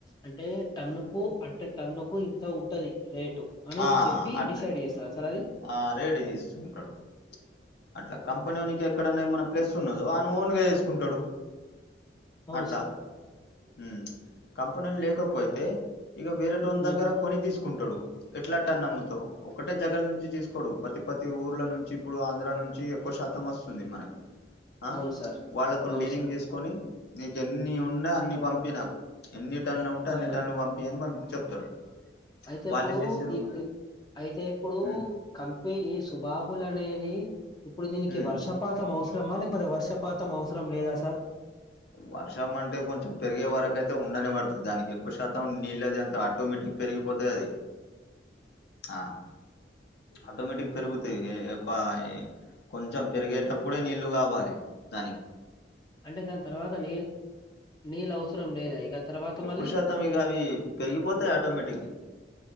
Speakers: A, on the left (about 25°); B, on the left (about 65°).
A: అంటే టన్ను కు అంటే టన్ను కు ఇంత ఉంటది రేటు. అని
B: ఆ
A: చెప్పి
B: అట్
A: డిసైడ్ చేస్తారా సార్ అది.
B: ఆ రేడ్ తీస్తుంటాడు. అట్లా కంపనోనికే. ఎక్కడన్నా ఏమన్నా ప్లెస్ ఉన్నదో అను ఓన్గా ఏసుకుంటాడు
A: అవును
B: అట్లా.
A: సార్.
B: హు కంపెనీల్ లేకపోయితే ఇక వేరే టోన్
A: హ్మ్.
B: దగ్గర. కొని తీసుకుంటాడు ఎట్లా అట్ల నమ్ముతావ్ ఒకటే జగల నుంచి తీసుకోడు. పతిపతి ఊర్ల నుంచి ఇప్పుడు ఆంధ్ర నుంచి ఎక్కువ శాతం వస్తుంది మనక్. ఆ
A: అవును సార్.
B: వాళ్ళతోన్
A: అవును
B: డీలింగ్
A: సార్.
B: చేసుకొని. నీకి ఎన్ని ఉన్నా అన్ని పంపి నాకు ఎన్ని టన్ను ఉంటే అన్ని
A: ఆహా!
B: టన్ను పంపి అని పం చెప్తాడు.
A: అయితే
B: వాళ్ళు
A: ఇప్పుడు
B: ఏం చేస్తారు
A: ఈకే అయితే ఇప్పుడు.
B: ఉమ్
A: కంపే ఈ సుబాబులు అనేది ఇప్పుడు దీనికి
B: ఉమ్
A: వర్షం. పాతం అవసరం లేకపోతే వర్షపాతం అవసరం లేదా సార్.
B: వర్షం అంటే కొంచెం పెరిగే వరకైతే ఉండనే పడతది దానికి ఎక్కువ శాతం నీళ్ళదే అంత ఆటోమేటిక్. పెరిగిపోతది అది ఆ. ఆటోమేటిక్ పెరుగుతాయి ఎ ఎక్కువ ఎ. కొంచెం పెరిగేటప్పుడే నీళ్లు కావాలి దాని.
A: అంటే దాని తర్వాత నీళ్ నీళ్ళు అవసరం లేదా ఇక. తర్వాత
B: ఎక్కువ
A: మళ్ళీ
B: శాతం ఇక అవి పెరిగిపోతాయి ఆటోమేటిక్